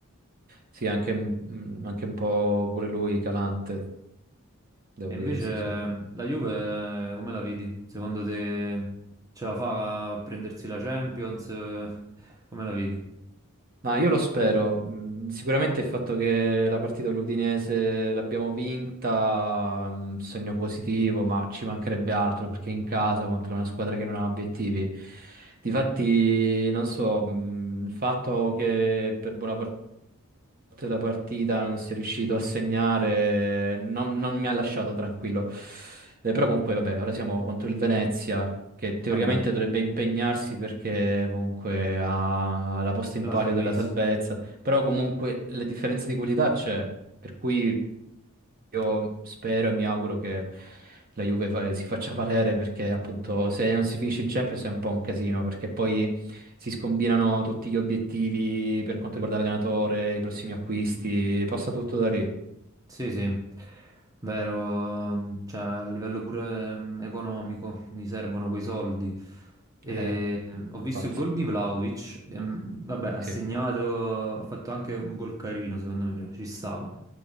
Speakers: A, on the right; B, on the right.
A: Sì, anche, mm, anche un po' pure lui calante, devo
B: E
A: dire,
B: invece
A: sì, sì.
B: mm, la Juve eh, come la vedi? Secondo te ce la fa a prendersi la Champions? <laughs> Eh, Come la vedi?
A: Ma io lo spero. Mm, Sicuramente il fatto che la partita dell'Udinese l'abbiamo vinta, mm, segno positivo, ma ci mancherebbe altro perché in casa contro una squadra che non ha obiettivi. Difatti, non so, mm, il fatto che per buona parte fatto la partita, non si è riuscito a segnare, non, non mi ha lasciato tranquillo. Eh, però comunque, vabbè, ora siamo contro il Venezia, che teoricamente
B: Vabbè,
A: dovrebbe impegnarsi perché comunque ha la posta in
B: la
A: palio
B: salvezza.
A: della salvezza, però comunque la differenza di qualità c'è, per cui io spero e mi auguro che la Juve fa- si faccia valere perché appunto se non si finisce in Champions è un po' un casino perché poi si scombinano tutti gli obiettivi per quanto riguarda l'allenatore, i prossimi acquisti, passa tutto da lì.
B: Sì, sì, vero, cioè a livello pure mm, economico gli servono quei soldi. E,
A: Eh,
B: mm, ho
A: infatti,
B: visto il gol di Vlahovic, e, mm, vabbè, ha
A: sì,
B: segnato, ha fatto anche un gol carino, secondo me, cioè, ci stava.